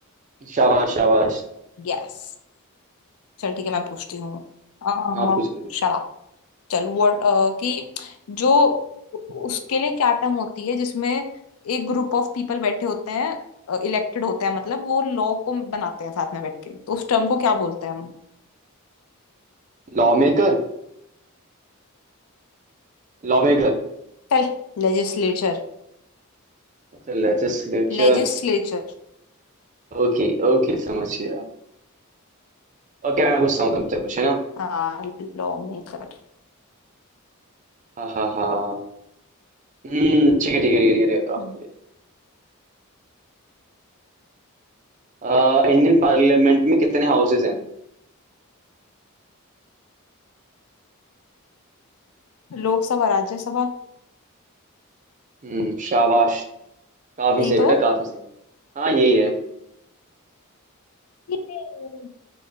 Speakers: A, on the right; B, on the left.
A: शाबाश शाबाश
B: यस चल ठीक है मैं पूछती हूँ अ,
A: हाँ पूछो
B: शराब चल वो कि जो उसके लिए क्या टर्म होती है जिसमें एक ग्रुप ऑफ पीपल बैठे होते हैं इलेक्टेड होते हैं मतलब वो लॉ को बनाते हैं साथ में बैठ के तो उस टर्म को क्या बोलते हैं हम
A: Law maker Law maker
B: चल लेजिस्लेचर
A: अच्छा लेजिस्लेचर
B: लेजिस्लेचर
A: ओके ओके समझ गया ओके मैं पूछता हूँ तुमसे कुछ है ना
B: हाँ लॉ मेकर
A: हाँ हाँ हाँ हम्म ठीक है ठीक है ठीक है ठीक है ओके
B: <laughs>
A: आ, इंडियन पार्लियामेंट में कितने हाउसेज हैं
B: लोकसभा राज्यसभा
A: हम्म शाबाश काफी
B: यही
A: सही
B: तो
A: बेटा
B: है
A: काफी सही हाँ यही है
B: ये-